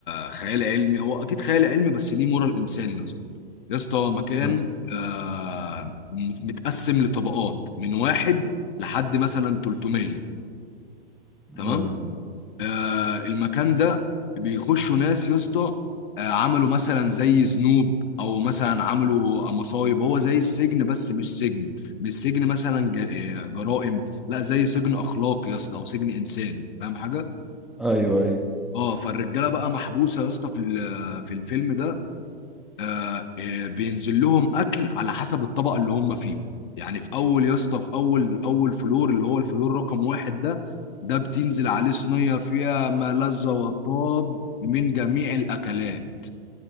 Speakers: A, on the left; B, in the centre.
A: آه، خيال علمي هو اكيد خيال علمي بس ليه مورال انساني يا اسطى يا اسطى مكان
B: اه
A: آه، متقسم لطبقات من واحد لحد مثلا 300 تمام
B: آه.
A: آه، المكان ده بيخشوا ناس يا اسطى آه، عملوا مثلا زي ذنوب او مثلا عملوا مصايب هو زي السجن بس مش سجن مش سجن مثلا جا- آه، جرائم لا زي سجن اخلاقي يا اسطى او سجن انساني فاهم حاجه
B: ايوه ايوه
A: اه فالرجاله بقى محبوسه يا اسطى في ال- في الفيلم ده آه، آه، بينزل لهم اكل على حسب الطبقه اللي هم فيهم يعني في اول يا اسطى في اول اول فلور اللي هو الفلور رقم واحد ده ده بتنزل عليه صينيه فيها ما لذ وطاب من جميع الاكلات